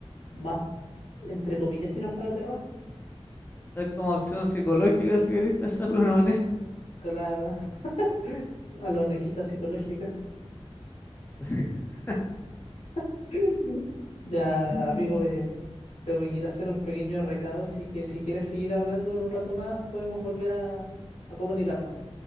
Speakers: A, on the left (about 85°); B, on the left (about 20°).
A: más entre comillas tiros para terror.
B: Es como acción psicológica, si queréis <laughs> pensarlo de una manera.
A: Claro, <laughs> a lo nequita psicológica.
B: <laughs>
A: <laughs> Ya,
B: <laughs>
A: amigo, eh, tengo que ir a hacer un pequeño recado, así que si quieres seguir hablando en un rato más, podemos volver a, a comunicarnos.